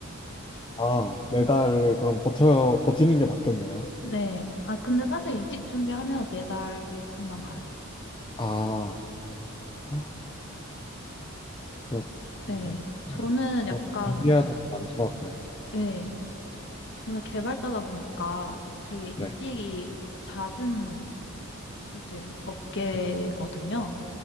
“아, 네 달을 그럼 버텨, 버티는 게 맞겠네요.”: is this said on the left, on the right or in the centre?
Left